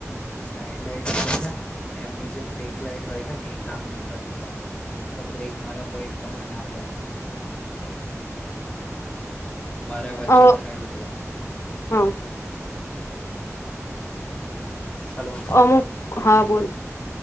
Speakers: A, on the left; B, on the left.
A: સાઈડ લાઈટ <unintelligible> એમની જે બ્રેક લાઈટ હોય છે ને ઈ કામ નહીં કરતી હોતી. ક બ્રેક મારે તોય ખબર ના પડે. મારે વચ્ચે
B: અ
A: થયું તું.
B: હા.
A: હલો.
B: અમુક, હા બોલ.